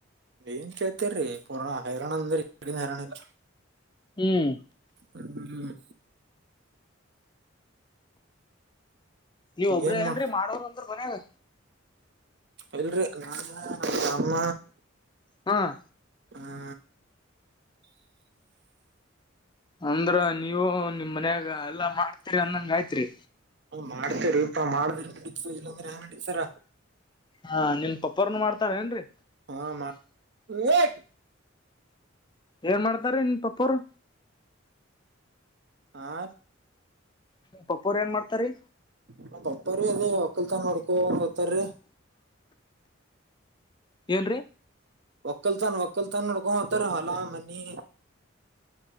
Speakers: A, on the right (about 55°); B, on the left (about 20°).
A: ಏನ್ ಕೇಳ್ತರೀ ಪೂರ ಹೈರಾಣ ಅಂದ್ರನ್ ಹೈರಾಣ ಇಲ್ಲ
B: ಹ್ಮ್
A: ಹ್ಮ್
B: ನೀವ ಒಬ್ಬ್ರ
A: ಏನ್ ಮಾ
B: ನ್ರಿ ಮಾಡೋದ ಅಂದ್ರ ಕೊನೆಗಾ
A: ಇಲ್ರಿ ನಾ ನಮ್ಮ
B: ಹ್ಮ್
A: ಹಾ
B: ಅಂದ್ರ ನೀವು ನಿಮ್ ಮನ್ಯಾಗ ಎಲ್ಲಾ ಮಾಡ್ತೀರಿ ಅಂದಂಗ ಆಯ್ತ್ರಿ
A: ಮಾಡ್ತರ ಇಪ್ಪ ಮಾಡ ನಡ ಇಲ್ಲಾಂದ್ರಂಗ ನಡತಾರ
B: ಹಾ ನಿಮ್ ಪಪ್ಪರ್ನು ಮಾಡ್ತಾರ ಏನ್ರರಿ
A: ಹಾ ಮ ಅಯ್ಯೋ
B: ಏನ್ ಮಾಡ್ತಾರ ನಿನ್ ಪಪ್ಪರು
A: ಆ
B: ನಿಮ್ ಪಪ್ಪೋರ್ ಏನ್ ಮಾಡ್ತಾರಿ
A: ನ ಪಪ ರೀ ಅದೇ ಒಕ್ಕಲ್ತ ನೋಡ್ಕೊಂದ ಹತ್ತಾರೀ
B: ಏನ್ರರಿ
A: ಒಕ್ಕಲ್ ತನ್ ಒಕ್ಕಲ್ತಾನ ನೋಡ್ಕೊಂಡ ಹೋಗತಾರ ಹೊಲಾ ಮನಿ